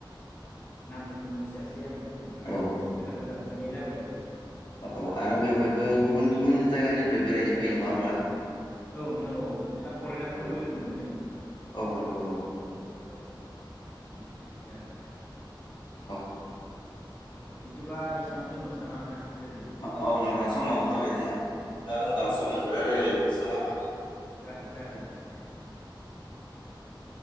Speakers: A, on the left; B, on the left.
A: औ नामफोरखौ मोनथियासै आङो जेनेबा
B: औ
A: गोदान गोदान हैैनाय जाबाय नालाय
B: औ
A: बेफोरखौ
B: आरो बेवहायबो
A: औ
B: गुबुन गुबुन जायगानिफ्राय बेरायनो फैयो नङा होमबा
A: औ नोंथां औ मेरला फरेनारफोरबो
B: औ
A: लोगो मोनो जों बेवहाय
B: औ नंगौ
A: औ औ औ नोंथां माने बिदिनो आरो नोंथां
B: औ
A: औ बिदिबा एसेयावनो दोनथनोसै नामा नोंथां दिनै?
B: औ नोंथां समाबो जाबाय जोङा बिदिब्ला
A: औ
B: उनाव
A: औ
B: सम
A: औ
B: मोनबा रायलायनोसै नङा होमबा
A: जागोन जागोन नोंथा दे दे दे दे दे